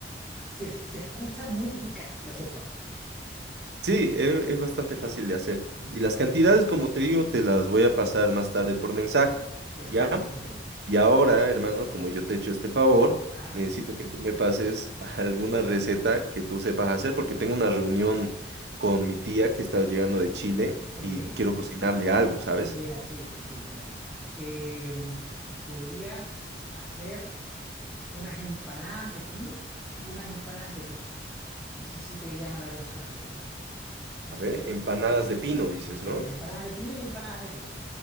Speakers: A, in the centre; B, on the right.
A: se, se escucha muy rica la sopa.
B: Sí, e- es, bastante fácil de hacer. Y
A: Mira,
B: las cantidades, como te digo, te las voy a pasar más tarde por mensaje,
A: perfecto,
B: ¿ya?
A: ningún problema, ningún
B: Y ahora,
A: problema.
B: hermano, como yo te he hecho este favor,
A: Ajá,
B: necesito que tú me pases <laughs> alguna receta que tú sepas hacer, porque tengo una reunión con mi tía que está llegando de Chile
A: ok.
B: y quiero cocinarle algo, ¿sabes?
A: Mira, sí, sí, sí, mira. Em, podrías hacer. unas empanadas de pino y unas empanadas de queso. No sé si te llama la atención hacer eso.
B: A ver, empanadas de pino, dices,
A: Sí,
B: ¿no?
A: empanadas de pino y empanadas de queso.